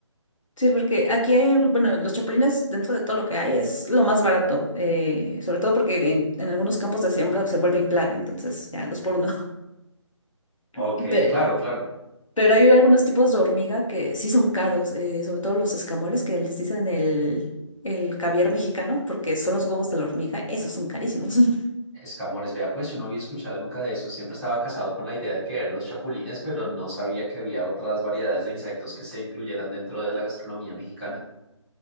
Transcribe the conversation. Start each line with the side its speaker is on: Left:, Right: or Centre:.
Left: Sí, porque aquí hay, bueno, los chapulines dentro de todo lo que hay es lo más barato, eh, sobre todo porque en, en algunos campos de siembra se vuelven plaga, entonces ya dos por uno. <laughs>
Centre: Ok,
Left: Pero
Centre: claro, claro.
Left: Pero hay algunos tipos de hormiga que sí son caros, eh, sobre todo los escamoles que les dicen el, el caviar mexicano, porque son los huevos de la hormiga, esos son carísimos. <laughs>
Centre: Escamores, vea, pues yo no había escuchado nunca de eso. Siempre estaba casado con la idea de que eran los chapulines, pero no sabía que había otras variedades de insectos que se incluyeran dentro de la gastronomía mexicana.